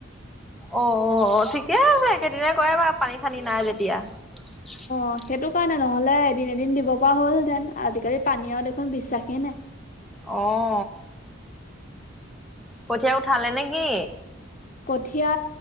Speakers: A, in the centre; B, on the left.
A: অ'-অ'-অ', ঠিকে আছে, একেদিনাই কৰাই ভাল পানী চানি নাই যেতিয়া। <unintelligible>
B: অ', সেইটো কাৰণে, নহ'লে এদিন এদিন দিব পৰা হ'ল হেতেন।, আজিকালি পানী আৰু দেখোন বিশ্বাসেই নাই।
A: অঁ! কঠীয়া উঠালে নেকি?
B: কঠিয়